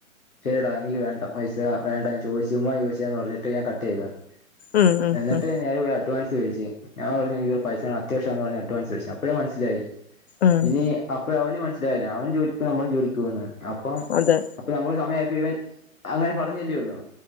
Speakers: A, on the left (about 85°); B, on the left (about 50°).
A: ശരിടാ എനിക്ക് വേണ്ട പൈസ വേണ്ട ചോദിച്ചു ചുമ്മാ ചോദിച്ചാന്ന് പറഞ്ഞിട്ട് ഞാൻ കട്ട് ചെയ്തതാണ്
B: ഉം ഉം
A: എന്നിട്ട്
B: ഉം
A: നേരെ പോയി അഡ്വാൻസ് മേടിച്ചു ഞാൻ പറഞ്ഞു എനിക്കരു പൈസാണ് അത്യാവശ്യം എന്ന് പറഞ്ഞഞ് അഡ്വാൻസ് മേടിച്ചു അപ്പോഴ മനസ്സിലായി
B: ഉം
A: ഇനി അപ്പൊ അവന് മനസ്സിലായില്ല അവനും ജോലിക്ക് പോകാണ് നമ്മളൾ ജോലിക്ക് പോകാണ് അപ്പം
B: അതെ
A: അപ്പൊ നമ്മൾ സമയയപ്പോ ഇവൻ അങ്ങനെ പറഞ്ഞില്ലേള്ളൂ